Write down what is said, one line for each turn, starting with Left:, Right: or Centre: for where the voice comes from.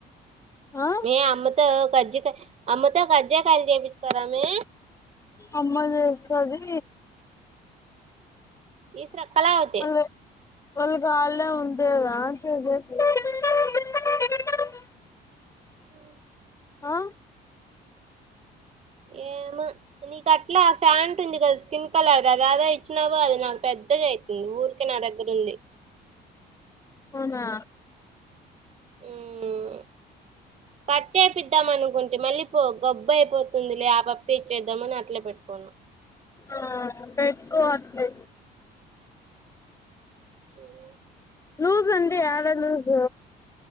Left: ఆ
Right: మే అమ్మతో కజికాయి అమ్మతో కజ్జకేకాయలు చెపిచ్చక రా మే
Left: అమ్మ చేస్తది
Right: ఇసరా కలఅవుతే
Left: వాళ్ళు <inaudible>
Right: అ
Left: ఆ
Right: ఏమో నీకు అట్లే ఆ ఫ్యాంట్ ఉంది కదా స్కిన్ కలర్ ఆదాదో ఇచినవో అది నాకు పెట్ పెద్దగా అయితుంది ఊరికే నా దగ్గర ఉండి
Left: అవునా
Right: ఉమ్ కట్ చెప్పిదాం అనుకుంట్ మళ్ళీ పో గొబ్ అయిపోతుంది లే ఆ పాపకే ఇచ్చేద్దామ్ అని అట్లే పెట్టుకోన్నా
Left: ఆ పెట్టుకో అట్లే
Right: ఉమ్
Left: లూస్ అంటే యాడ లూస్